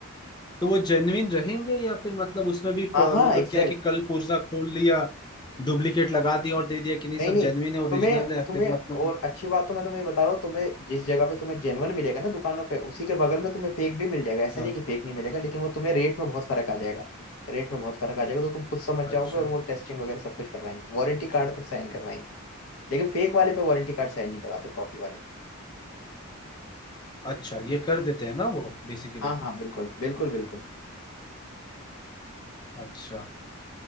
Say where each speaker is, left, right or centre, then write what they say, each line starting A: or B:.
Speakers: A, on the left; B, on the left.
A: तो वो जेन्युइन रहेंगे या फिर मतलब उसमें भी
B: हाँ
A: प-
B: हाँ
A: मतलब
B: एग्जैक्ट
A: क्या है कि कल पुर्जा खोल लिया डुप्लीकेट लगा दिया और दे दिया कि नहीं
B: नहीं
A: सब
B: नहीं
A: जेन्युइन है ओरिजिनल
B: तुम्हें
A: है
B: तुम्हें
A: फिर मतलब
B: और अच्छी बात तो मैं तुम्हें ये बता रहा हूँ तुम्हें जिस जगह पे तुम्हें जेनवन मिलेगा ना दुकानों पे उसी के बगल में तुम्हें फेक भी मिल जाएगा ऐसा
A: हाँ
B: नहीं है कि फेक नहीं मिलेगा लेकिन वो तुम्हें रेट में बहुत फर्क आ जाएगा रेट में बहुत फर्क आ जाएगा तो तुम खुद समझ जाओगे
A: अच्छा
B: और वो टेस्टिंग वगैरह सब कुछ करवाएंगे वारंटी कार्ड तक साइन करवाएंगे लेकिन फेक वाले पे वारंटी कार्ड साइन नहीं कराते कॉपी वाले
A: अच्छा ये कर देते हैं ना वो बेसिकली
B: हाँ हाँ बिल्कुल बिल्कुल बिल्कुल
A: अच्छा